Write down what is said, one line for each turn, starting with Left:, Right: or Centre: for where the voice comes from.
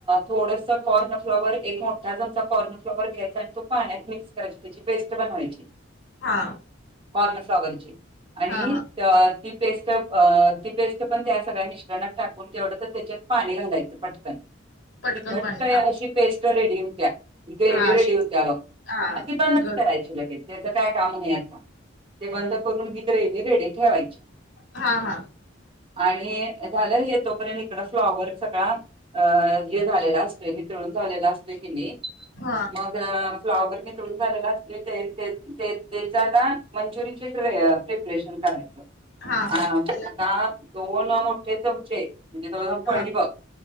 Right: थोडस कॉर्न फ्लॉवर एक मोठा चमचा कॉर्न फ्लवर घ्यायचा आणि तो पाण्यात मिक्स कयचा ेस्ट बनवायची
Left: हा
Right: कॉर्नफ्लावरची आणि
Left: हा
Right: ती ेस्ट ती पेस्ट पण त्या सगळ्या मिश्रण टा तेवढ त्याच्यात पाणी घालायचं पटकन
Left: पटकन
Right: ती घट्ट
Left: पाणी हा
Right: अशी पेस्ट रेडी होत्या ग्रेवी
Left: हा अशी
Right: रेडी होत्या बघ
Left: हा
Right: मग ती काय मिक्स
Left: गड
Right: करायची लगेच. त्याच काय काम नाही आता ते बंद करून बी ग्रेव रेडी ठेवायची
Left: हा हा
Right: आणि झालंच येतो पर्यंत इकडं फ्लॉवर सगळा अ हे झालेलं असतंय मितळून झालेला असतोय की नाही
Left: ह
Right: मग फ्लॉवर मी तुळून झालेला त्याच आता मंचुरियन प्रिपरेशन करायचं
Left: हा
Right: आता
Left: हा त्याला
Right: दोन मोठे चमचे म्हणजे पळी
Left: हा
Right: बघ